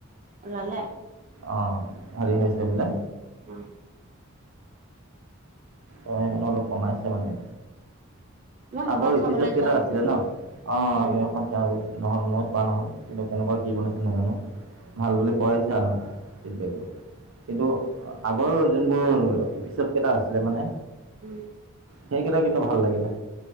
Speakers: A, on the right; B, on the right.
A: উলালে
B: অহ হেৰি হৈছে বোলে
A: উম
B: অহ সেইকাৰণে অলপ কমাই আছে মানে।
A: মই সেইখন
B: আগৰ এপিছত
A: চাবলৈ
B: কেইটা
A: যোৱা নহ'ল
B: আছিলে ন?
A: হা
B: অ <unintelligible>
A: উম,
B: সখনোৰ নহ'ল মই চোৱা নহ'ল কিন্তু কেনেকুৱা কি বনাইছে নাজানো ভাল বুলি কোৱা হৈছে আৰু। কিন্তু আগৰ যোনবোৰ এপিচড কেইটা আছিলে মানে
A: উম
B: সেইকেইটা কিন্তু ভাল লাগিলে